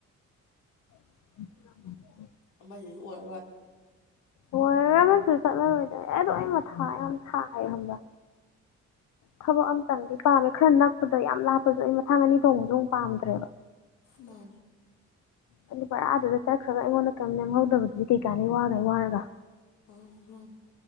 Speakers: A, on the left (about 70°); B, on the left (about 80°).
A: ꯎꯝ
B: ꯑꯃꯁꯤꯁꯨ ꯑꯣꯏꯔꯔꯣꯏ
A: ꯍꯣꯏ ꯔꯃꯁꯨ ꯆꯠꯂꯔꯣꯏꯗꯣꯏꯦ ꯑꯦ ꯑꯗꯨꯣ ꯑꯩ ꯃꯊꯥ ꯌꯥꯝ ꯊꯥꯏ ꯈꯕ ꯊꯕꯛ ꯑꯝꯇꯪꯗꯤ ꯄꯥꯝꯃꯦ ꯈꯔ ꯅꯛꯄꯗ ꯌꯥꯝ ꯂꯥꯞꯄꯁꯨ ꯑꯩ ꯃꯊꯥꯡ ꯑꯅꯤ ꯊꯣꯡꯕꯁꯨ ꯑꯃꯨ ꯄꯥꯝꯗ꯭ꯔꯦꯕ
B: ꯃꯥ
A: ꯑꯗꯨ ꯕꯔꯥꯗꯨꯗ ꯆꯠꯈ꯭ꯔꯒ ꯑꯩꯉꯣꯟꯗ ꯀꯌꯥꯝ ꯅꯦꯝꯍꯧꯗꯕꯗꯨ ꯀꯩꯀꯥꯟꯗꯩ ꯋꯥꯈꯩ ꯋꯥꯔꯒ
B: ꯃꯥꯅꯤ ꯃꯥꯅꯤ